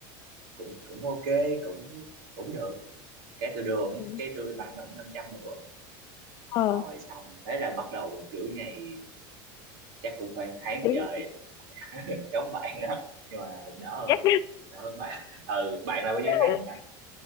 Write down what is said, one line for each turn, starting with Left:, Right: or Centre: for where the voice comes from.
Right: cũng cũng ok cũng cũng được cái tôi đưa ông
Left: Ừ.
Right: cái tôi ban ổng 500 nữa
Left: ờ
Right: rồi xong thế là bắt đầu một chuỗi ngày chắc cũng phải một tháng
Left: tiếng
Right: trời <laughs> giống bạn đó nhưng mà đỡ hơn
Left: chắc
Right: đỡ hơn bạn ừ bạn là bao nhiêu
Left: <laughs>
Right: tháng nè